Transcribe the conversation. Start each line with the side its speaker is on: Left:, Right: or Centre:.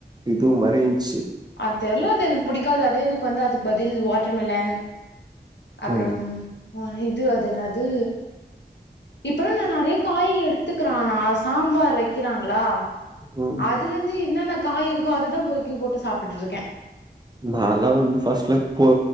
Right: இதுவு மாரிஇருந்துச்சு
Left: அது தெரிலா அது எனக்கு புடிக்காது அதே எனக்கு வந்து அதுக்கு பதில் வாட்டர்மெலன் அப்புறோ
Right: ம்,
Left: இது அது என்னது இப்ல்லா நா நேறய காய் எடுத்துக்கிறோனா சாம்பார் வைக்கிறாங்களா
Right: ம்.
Left: அதுலா இருந்து என்னன்ன காய் இருக்கோ அததா பொறுக்கி போட்டு சாப்பிட்டுட்டு இருக்கே
Right: நாலா வந்து ஃபஸ்ட்ல போ